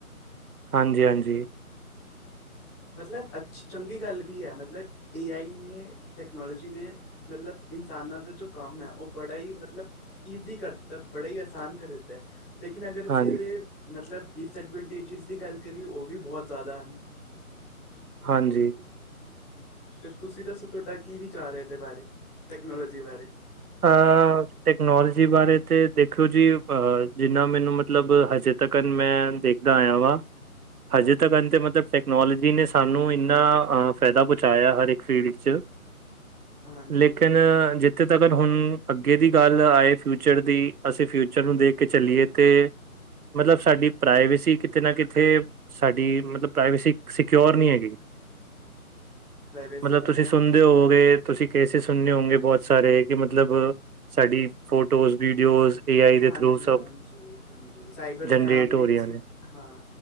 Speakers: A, on the right; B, in the centre.
A: ਹਾਂਜੀ- ਹਾਂਜੀ।
B: ਮਤਲਬ ਅੱਛੀ, ਚੰਗੀ ਗੱਲ ਵੀ ਹੈ, ਮਤਲਬ ਏ ਆਈ ਨੇ ਟੈਕਨੋਲੋਜੀ ਨੇ ਮਤਲਬ, ਇਨਸਾਨਾਂ ਦਾ ਜੋ ਕੰਮ ਹੈ ਉਹ ਬੜਾ ਹੀ ਮਤਲਬ ਈਜ਼ੀ ਕਰ ਦਿੱਤਾ, ਬੜਾ ਹੀ ਅਸਾਨ ਕਰ ਦਿੱਤਾ ਹੈ ਲੇਕਿਨ ਅਗਰ ਅਸੀਂ
A: ਹਾਂਜੀ
B: ਇਹਦੇ, ਮਤਲਬ ਡਿਸਐਡਵੈਂਟੇਜਸ ਦੀ ਗੱਲ ਕਰੀਏ ਉਹ ਵੀ ਬਹੁਤ ਜ਼ਿਆਦਾ ਹਨ।
A: ਹਾਂਜੀ।
B: ਤੇ ਤੁਸੀਂ ਦੱਸੋ ਤੁਹਾਡਾ ਕੀ ਵਿਚਾਰ ਹੈ ਇਹਦੇ ਬਾਰੇ, ਟੈਕਨੋਲੋਜੀ ਬਾਰੇ?
A: ਆਹ ਟੈਕਨੋਲੋਜੀ ਬਾਰੇ ਤੇ ਦੇਖਿਓ ਜੀ, ਅਹ ਜਿੰਨਾ ਮੈਨੂੰ ਮਤਲਬ ਹਜੇ ਤੱਕਨ ਮੈਂ ਦੇਖਦਾ ਆਇਆ ਵਾ ਹਜੇ ਤੱਕ 'ਅੰਤਿਮ ਅਤੇ ਮਤਲਬ ਟੈਕਨੋਲੋਜੀ ਨੇ ਸਾਨੂੰ ਇੰਨਾਂ, ਫਾਇਦਾ ਪਹੁੰਚਾਇਆ ਹਰ ਇੱਕ ਫੀਲਡ 'ਚ <inaudible>
B: ਹਾਂਜੀ
A: ਲੇਕਿਨ ਹਜੇ ਅਗਰ ਹੁਣ ਅੱਗੇ ਦੀ ਗੱਲ ਆਏ ਫਿਊਚਰ ਦੀ ਅਸੀਂ ਫਿਊਚਰ ਨੂੰ ਦੇਖ ਕੇ ਚੱਲੀਏ ਤੇ ਮਤਲਬ, ਸਾਡੀ ਪ੍ਰਾਈਵੇਸੀ ਕਿਤੇ ਨਾ ਕਿਤੇ ਸਾਡੀ ਮਤਲਬ, ਪ੍ਰਾਈਵੇਸੀ ਸਿਕਓਰ ਨਹੀਂ ਹੈਗੀ।
B: <inaudible>
A: <inaudible>
B: ਪ੍ਰਾਈਵੇਸੀ
A: ਮਤਲਬ
B: ਕਿਸ
A: ਤੁਸੀਂ
B: ਤਰ੍ਹਾਂ
A: ਸੁਣਦੇ ਹੋਵਗੇ, ਤੁਸੀਂ ਕੇਸਿਸ ਸੁਣਦੇ ਹੋਗੇ ਬਹੁਤ ਸਾਰੇ ਕਿ ਮਤਲਬ ਸਾਡੀ ਫੋਟੋਜ਼, ਵੀਡੀਓਜ਼ ਏ ਆਈ ਦੇ
B: ਹਾਂਜੀ-
A: ਥਰੂ ਸਭ
B: ਹਾਂਜੀ, ਹਾਂਜੀ -ਸਾਈਬਰ ਸਕੈਮ
A: ਜਨਰੇਟ
B: ਵੀ
A: ਹੋ
B: ਤੁਸੀਂ
A: ਰਹੀਆਂ ਨੇ।
B: ਹਾਂ